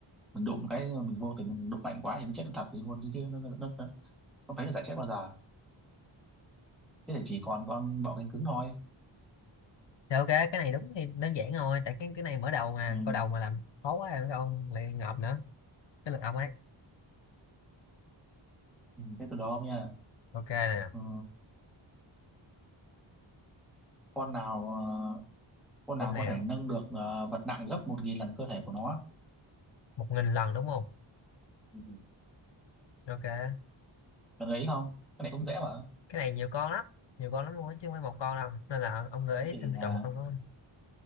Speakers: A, in the centre; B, on the left.
A: mình đụng cái mình vô tình mình đụng mạnh quá thì nó chết thật thì luôn chứ chứ nó, nó, nó, nó không thấy nó giả chết bao giờ thế thì chỉ còn con bọ cánh cứng thôi
B: thì ok cái này đúng thì đơn giản rồi tại cái cái này mở đầu mà
A: Ừ.
B: câu đầu mà làm khó quá rồi ông lại ngợp nữa cái lượt ông ấy
A: ừ, thế từ đó không nha
B: ok nè
A: ừ, con nào ờ, con
B: con
A: nào
B: nào
A: có thể nâng được ờ, vật nặng gấp một nghìn lần cơ thể của nó
B: một nghìn lần đúng không
A: Ừ.
B: ok
A: cần ấy không cái này cũng dễ mà
B: cái này nhiều con lắm nhiều con lắm luôn á chứ không phải một con đâu nên là ông gợi
A: thế
B: ý
A: thì
B: xem tôi
A: à,
B: chọn một con đó